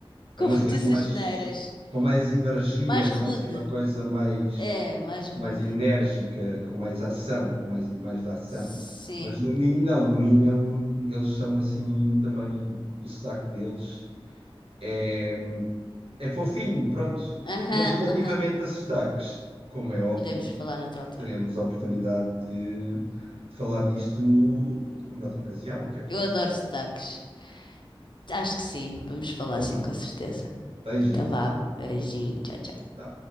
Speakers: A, on the right; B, on the left.
A: É
B: com
A: uma música
B: muitas
A: assim mais
B: asneiras.
A: com mais energia,
B: Mais rude.
A: né? Assim, uma coisa mais
B: É, mais rude.
A: mais enérgica, com mais ação, com mais mais da ação.
B: Sim.
A: Mas no Minho não, no Minho é um- eles são assim também o sotaque deles é é fofinho, pronto.
B: Aham,
A: Mas relativamente
B: aham.
A: a sotaques, como é óbvio,
B: Podemos falar noutra altura.
A: teremos a oportunidade de falar nisto noutra ocasião. O que é que tu
B: Eu
A: achas?
B: adoro sotaques. Acho que sim, vamos falar
A: Então
B: sim,
A: vá,
B: com certeza.
A: beijinhos
B: Então vamos.
A: então.
B: Beijinho. Tchau, tchau.
A: Tá.